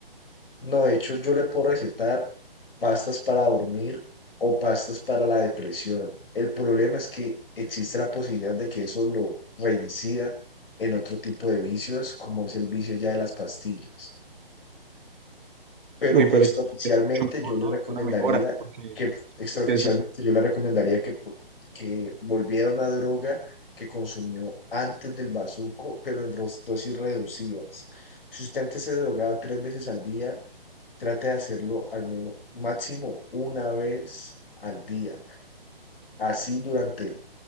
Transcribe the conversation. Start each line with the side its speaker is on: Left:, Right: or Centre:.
Left: no, de hecho yo le puedo recetar pastas para dormir o pastas para la depresión. El problema es que existe la posibilidad de que eso lo reincida en otro tipo de vicios, como es el vicio ya de las pastillas pero
Right: Uy,
Left: extraoficialmente
Right: pero es mucho mejor,
Left: yo le
Right: ¿no?
Left: recomendaría
Right: Es una mejora, porque
Left: que, extraoficialmente
Right: es-
Left: yo le recomendaría que, po- que volviera una droga que consumió antes del bazuco, pero en ros- dosis reducidas. Si usted antes se drogaba tres veces al día, trate de hacerlo al menos máximo una vez al día, así durante